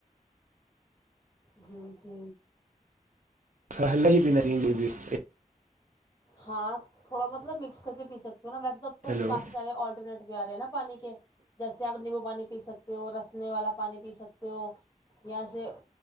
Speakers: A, on the left; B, on the right.
A: جی جی
B: س نا ہی نہیں بھی <unintelligible>
A: ہاں تھوڑا مطلب مکس کر کے پی سکتی ہو نا ویسے تو تو
B: ہیلو
A: کافی سارے آلٹرنیٹ بھی آ رہے ہیں نا پانی کے جیسے چاہے نیمبو پانی پی سکتے ہو رسنے والا پانی پی سکتے ہو یہاں سے